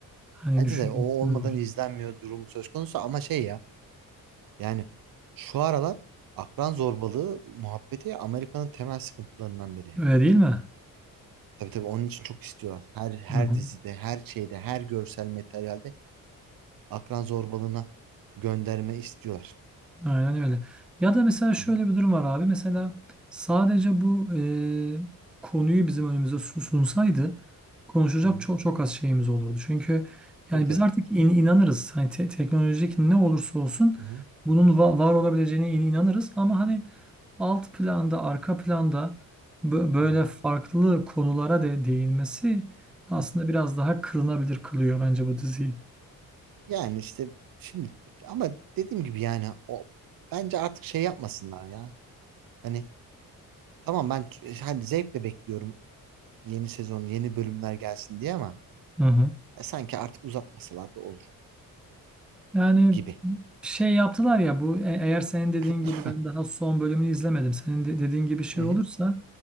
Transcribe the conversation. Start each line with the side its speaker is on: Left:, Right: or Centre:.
Centre: Hani
Right: Bence
Centre: düşüncesi
Right: de o olmadan
Centre: var.
Right: izlenmiyor durumu söz konusu ama şey ya yani şu aralar akran zorbalığı muhabbeti Amerika'nın temel sıkıntılarından biri. yani.
Centre: Öyle değil mi?
Right: Tabii tabii onun için çok istiyorlar. Her her
Centre: Hı hı.
Right: dizide, her şeyde, her görsel materyalde akran zorbalığına gönderme istiyorlar.
Centre: Aynen öyle. Ya da mesela şöyle
Right: Hı hı,
Centre: bir durum var abi. Mesela sadece bu e, konuyu bizim önümüze su- sunsaydı konuşacak
Right: hı hı.
Centre: çok çok az şeyimiz olurdu. Çünkü yani
Right: Tabii tabii.
Centre: biz artık in- inanırız. Hani te- teknolojik ne olursa olsun
Right: Hı hı,
Centre: bunun va- var olabileceğine in- inanırız. Ama hani alt planda, arka planda bö- böyle
Right: evet.
Centre: farklı konulara de değinmesi aslında
Right: Hı hı.
Centre: biraz daha kılınabilir kılıyor bence bu diziyi.
Right: Yani işte şimdi ama dediğim gibi yani o bence artık şey yapmasınlar ya. Hani tamam ben ç- hani zevkle bekliyorum yeni sezon, yeni bölümler gelsin diye ama
Centre: Hı hı.
Right: e, sanki artık uzatmasalar da olur
Centre: Yani
Right: gibi.
Centre: Şey yaptılar ya bu e- eğer senin dediğin
Right: <laughs>
Centre: gibi ben daha son bölümünü izlemedim. Senin de dediğin gibi şey
Right: Hı hı.
Centre: olursa